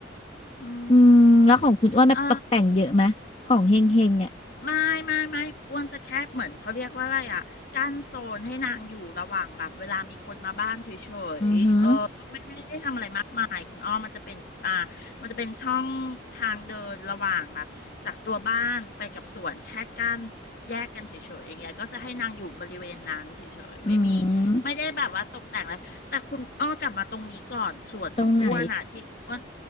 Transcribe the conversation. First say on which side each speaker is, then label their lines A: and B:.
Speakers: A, on the left; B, on the left.
A: อื
B: อืมแล้วของคุณอ้วนแบบตกแต่งเยอะไหมของเฮงเฮงอ่ะ
A: มเออ ไม่ไม่ไม่อ้วนจะแค่เหมือนเขาเรียกว่าอะไรอ่ะกั้นโซนให้นางอยู่ระหว่างแบบเวลามีคนมาบ้านเฉ
B: อือหือ
A: ยๆเออก็ไม่ไม่ได้ทำอะไรมากมายคุณอ้อมมันจะเป็นอ่ามันจะเป็นช่องทางเดินระหว่างแบบจากตัวบ้านไปกับสวนแค่กั้นแยกกันเฉยๆอย่างเงี้ยก็จะให้นางอยู่บริเวณนั้นเฉยๆไม่มี
B: อืม
A: ไม่ได้แบบว่าตกแต่งอะไรแต่คุณอ้อกลับมาตรงนี้ก่อนส่วนของอ้วนอ่ะที่อ้วน
B: ตรงไหน